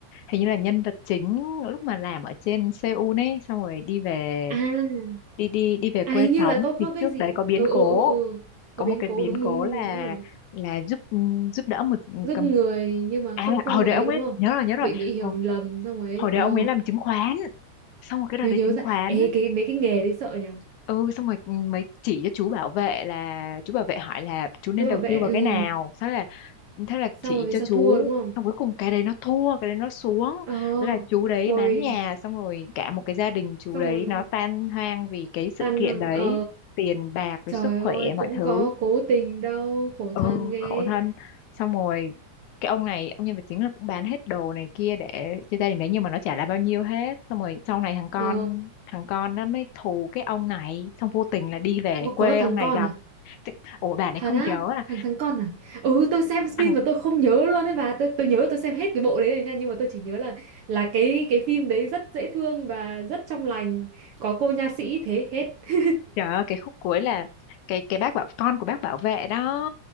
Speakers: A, on the left; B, on the right.
A: hình như là nhân vật chính lúc mà làm ở trên Seoul ấy xong rồi đi về
B: à
A: đi đi đi về
B: à
A: quê
B: hình như
A: sống
B: là có có
A: thì
B: cái
A: trước
B: gì
A: đấy có biến
B: ừ
A: cố
B: ừ ừ ừ có
A: có
B: biến
A: một cái
B: cố
A: biến
B: đúng
A: cố
B: đúng đúng
A: là
B: đúng đúng rồi
A: là giúp ừ, giúp đỡ một ừ,
B: giúp
A: cầm
B: người nhưng mà
A: à
B: không không
A: hồi
B: ấy
A: đấy ông
B: đúng
A: ấy
B: không
A: nhớ rồi nhớ rồi
B: bị bị hiểu
A: hồi,
B: lầm xong ấy
A: hồi đấy
B: ồ
A: ông ấy làm chứng khoán xong rồi cái đợt
B: nhớ
A: đấy
B: nhớ
A: chứng
B: ra
A: khoán
B: ê cái mấy cái nghề đấy sợ nhỉ
A: ừ xong rồi ừ, mới chỉ cho chú bảo vệ là chú bảo vệ hỏi là chú nên
B: cứ bảo
A: đầu
B: vệ
A: tư vào
B: ừ.
A: cái nào sao là thế là
B: xong
A: chỉ
B: rồi về
A: cho
B: sau
A: chú
B: thua đúng không
A: xong cuối cùng cái đấy nó thua cái đấy nó xuống
B: ờ
A: là chú đấy
B: ôi
A: bán nhà xong rồi cả một cái gia đình chú
B: xong
A: đấy
B: rồi
A: nó tan hoang vì cái sự
B: tan
A: kiện
B: hàng
A: đấy
B: ờ
A: tiền bạc rồi
B: trời
A: sức khỏe
B: ơi
A: mọi
B: cũng
A: thứ
B: có cố tình đâu khổ
A: ừ
B: thân ghê
A: khổ thân xong rồi cái ông này ông nhân vật chính là cũng bán hết đồ này kia để cho gia đình đấy nhưng mà nó chả là bao nhiêu hết xong rồi sau này thằng con
B: ờ
A: thằng con nó mới thù cái ông này xong vô tình là đi về
B: có,
A: quê
B: có thằng
A: ông này
B: con
A: gặp
B: à
A: Thế- ủa bà này
B: thật
A: không
B: á
A: nhớ là
B: thằng thằng con à ừ tôi xem
A: thằng
B: phim mà tôi không nhớ luôn đấy bà tôi tôi nhớ tôi xem hết cái bộ đấy rồi nha nhưng mà tôi chỉ nhớ là là cái cái phim đấy rất dễ thương và rất trong lành có cô nha sĩ thế hết <laughs>
A: trời ơi, cái khúc cuối là cái cái bác bảo con của bác bảo vệ đó